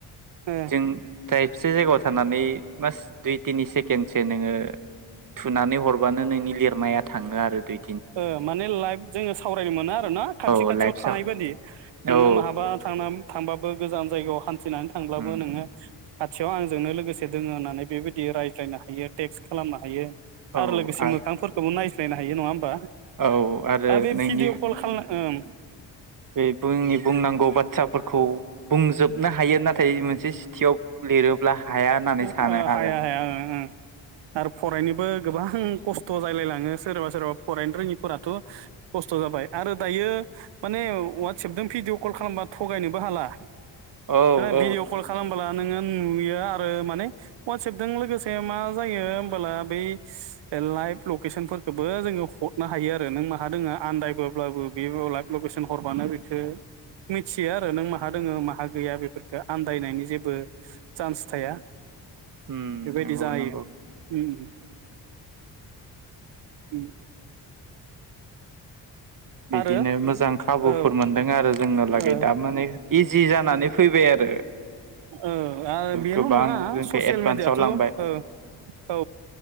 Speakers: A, on the right; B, on the right.
A: ओ
B: जों थ्रायबसे जायगायाव थानानै बास दुइ तिनि सेकेण्डसो नोङो थुनानै हरबानो नोंनि लिरनाया थाङो आरो दोय
A: ओ माने लाइफ जोङो सावरायनो मोनो आरो ना खाथि
B: औ
A: खाथियाव
B: लाइफस
A: थानाय बायदि नोङो
B: औ
A: महाबा थांना थांबाबो गोजान जायगायाव हान थिनानै थांब्लाबो
B: उम
A: नोङो खाथियाव आंजोंनो लोगोसे ए दोङो होननानै बेबायदि रायज्लायनो हायो टेक्स खालामनो हायो
B: औ
A: आरो लोगोसे
B: आ
A: मोखांफोरखोबो नाय नायनो हायो नङा होमबा।
B: औ आरो
A: बे
B: नोंनि
A: भिडिअ कल खालामनो
B: बे बोंनि बुंनांगौ बाथ्रा फोरखौ बुंजोबनो हायो नाथाय मोनसे सिटियाव लिरोब्ला हाया होननानै
A: ओ
B: सानो
A: ओम
B: आरो
A: हाया
B: आं
A: हाया ओं आरो फरायनोबो गोबां खस्थ' जायलायलाङो सोरबा सोरबा फरायनो रोङिफोराथ' खस्थ' जाबाय आरो दायो माने वाटसपजों भिडिअ' कल खालामबा थगायनोबो हाला
B: औ
A: <unintelligible>
B: औ
A: भिदिअ' कल खालामबोला नोङो नुयो आ ओ माने वाटसेएपजों लोगोसे मा जायो होमबोला बै लाइभ लकेसनफोरखौबो जोङो हरनो हायो आरो नों माहा दोङो आनन्दायबोब्लाबो बे लाइभ लकेसन हरबानो बेखौ मिथियो आरो नों माहा दोङो माहा गैया बेफोरखौ आन्दायनायनि जेबो चान्स थाया
B: उम
A: बेबायदि
B: नंगौ
A: जायो
B: नंगौ
A: ओम ओम उम
B: बिदिनो
A: आरो
B: मोजां खाबुफोर
A: औ
B: मोनदों आरो जोंनो लागै
A: ओ
B: दा माने इजि जानानै फैबाय आरो
A: ओ आरो बेल'
B: गोबां
A: नङा
B: जोंखौ
A: ससियेल
B: एडभान्सआव
A: मिडियाथ'
B: लांबाय
A: ओ औ